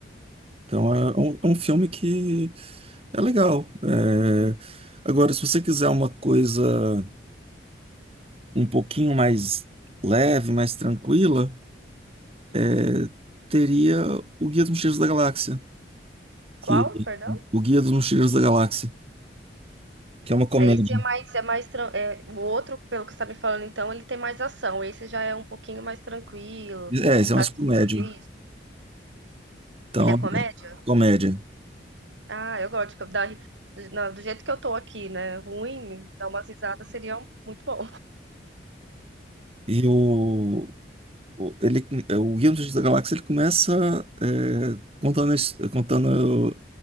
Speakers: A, on the right; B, on the right.
A: Então é um, é um filme que é legal. É, Agora, se você quiser uma coisa. um pouquinho mais leve, mais tranquila, é, teria o Guia dos Mochileiros da Galáxia, que
B: Qual? Perdão?
A: o Guia dos Mochileiros da Galáxia, que é uma comédia.
B: Aí esse é mais, é mais, tran- é, o outro, pelo que você tá me falando, então, ele tem mais ação. Esse já é um pouquinho mais tranquilo,
A: É, isso é
B: pra
A: mais
B: assistir.
A: comédia. Então,
B: Ele é comédia?
A: é, comédia.
B: Ah, eu gosto de co- dar, ri- do, na- do jeito que eu tô aqui, né? Ruim, dar umas risadas seria um- muito bom.
A: E o, o- ele, o Guia dos Mochileiros da Galáxia ele começa é, contando, a his- contando